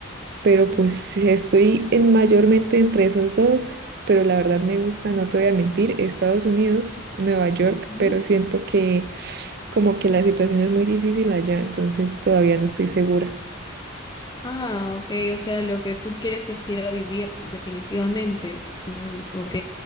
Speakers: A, on the right; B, on the left.
A: Pero
B: ok.
A: pues estoy en mayormente entre esos dos, pero la verdad me gusta, no te voy a mentir, Estados Unidos, Nueva York,
B: Ujú.
A: pero siento que como que la situación es muy difícil allá, entonces todavía no estoy segura.
B: Ah, ok, o sea, lo que tú quieres es ir a vivir definitivamente. Mm, ok.